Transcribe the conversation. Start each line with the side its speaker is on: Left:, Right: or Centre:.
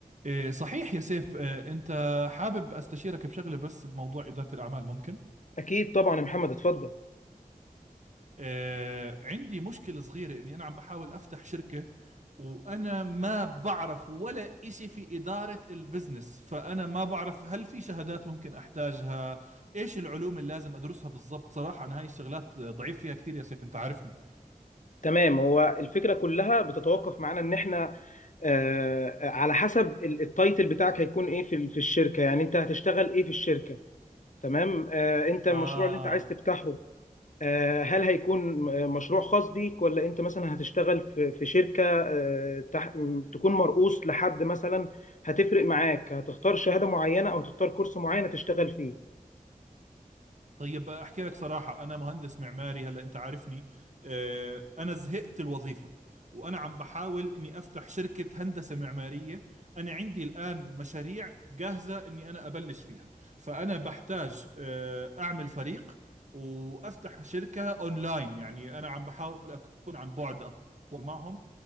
Right: إيه صحيح يا سيف إيه أنت حابب أستشيرك بشغلة بس بموضوع إدارة الأعمال ممكن
Left: أكيد طبعا يا محمد اتفضل
Right: إيه عندي مشكلة صغيرة إني أنا عم بحاول أفتح شركة وأنا ما بعرف ولا إشي في إدارة البزنس فأنا ما بعرف هل في شهادات ممكن أحتاجها إيش العلوم اللي لازم أدرسها بالضبط صراحة أنا هاي الشغلات ضعيف فيها كتير يا سيف أنت عارفني
Left: تمام هو الفكرة كلها بتتوقف معانا إن إحنا آه، آه، على حسب ال- التايتل بتاعك هيكون إيه في ال- في الشركة يعني أنت هتشتغل إيه في الشركة تمام آه، أنت المشروع
Right: آه
Left: اللي أنت عايز تفتحه آه، هل هيكون آه، مشروع خاص بيك ولا أنت مثلا هتشتغل في في شركة آه، تح- م- تكون مرؤوس لحد مثلا هتفرق معاك هتختار شهادة معينة أو تختار كورس معين تشتغل فيه
Right: طيب احكي لك صراحة انا مهندس معماري هلا انت عارفني آه، انا زهقت الوظيفة وانا عم بحاول اني افتح شركة هندسة معمارية انا عندي الان مشاريع جاهزة اني انا ابلش فيها فانا بحتاج آه، اعمل فريق وافتح شركة اونلاين يعني انا عم بحاول اكون عن بعد أتواصل معهم